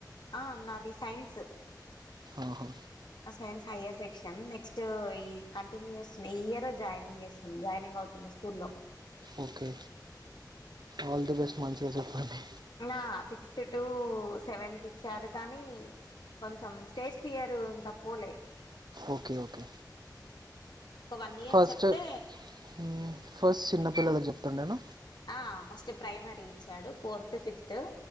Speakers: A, on the left; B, on the right.
A: ఆ నాది సైన్సు
B: ఆహా
A: ఆ సైన్స్ హయర్ సెక్షన్ నెక్స్ట్ ఈ కంటిన్యూ చేస్తుంది ఈ ఇయర్ జాయినింగ్ చేస్తు జాయినింగ్ అవుత్ అవుతున్న స్కూల్లో
B: ఓకే ఆల్ ద బెస్ట్ మంచిగా చెప్పండి
A: ఆ సిక్స్త్ టు సెవెన్త్ ఇచ్చాడు కానీ కొంచం స్టేజ్ ఫియర్ ఇంకా పోలే
B: ఓకే ఓకే
A: ఒక వన్ ఇయర్
B: ఫస్ట్
A: చెప్తే
B: ఉమ్ ఫస్ట్ చిన్నపిల్లలికి చెప్తుండేనా
A: ఆ ఫస్ట్ ప్రైమరీ ఇచ్చాడు ఫోర్త్ ఫిఫ్త్